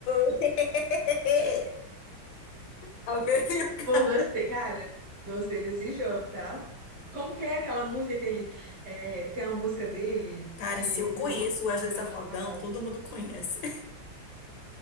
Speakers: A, on the left; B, on the right.
A: <laughs> Tá vendo? meu Cara,
B: Pô, gostei, cara. Gostei desse jogo, tá? Como que é aquela música que ele. é, tem uma música dele
A: Cara,
B: que
A: se
B: eu
A: eu
B: fico
A: conheço
B: zoando
A: o Wesley
B: meu
A: Safadão,
B: namorado.
A: todo mundo conhece.